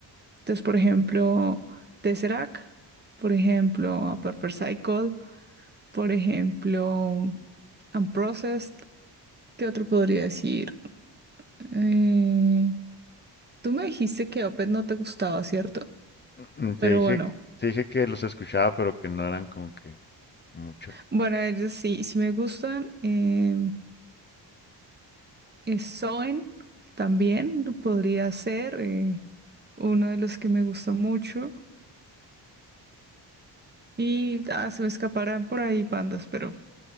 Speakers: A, on the right; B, on the left.
A: Entonces, por ejemplo, Tesseract, por ejemplo, A Perfect Cycle, por ejemplo, Unprocessed, ¿qué otro podría decir? Eh, Tú me dijiste que Opet no te gustaba, ¿cierto?
B: Mm, Te
A: Pero
B: dije,
A: bueno,
B: te dije que los escuchaba, pero que no eran como que mucho.
A: bueno, ellos sí, sí me gustan. em, eh, Soen también podría ser eh, uno de los que me gusta mucho. Y ah, se me escaparán por ahí bandas, pero